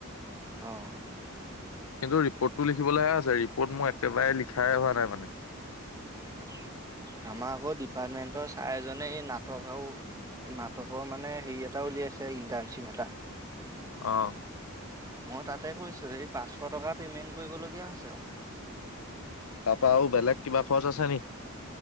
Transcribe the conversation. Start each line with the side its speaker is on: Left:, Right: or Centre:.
Right: অ'।
Left: কিন্তু ৰিপৰ্তটো লিখিবলৈহে আছে, ৰিপৰ্ট মোৰ একেবাৰে লিখাই হোৱা নাই। মানে
Right: অঁ আমাৰ আকৌ ডিপাৰ্টমেন্টৰ ছাৰ এজনে এই নাটক আৰু নাটকৰ মানে হেৰি, এটা উলিয়াই আছে ইণ্টাৰ্নশ্বিপ এটা।
Left: অঁহ
Right: মই তাতে কৰিছোঁ, সেই পাঁচশ টকা পেমেন্ট কৰিবলগীয়া হৈছে আও।
Left: তাপা আৰু বেলেগ কিবা খৰচ আছে নি?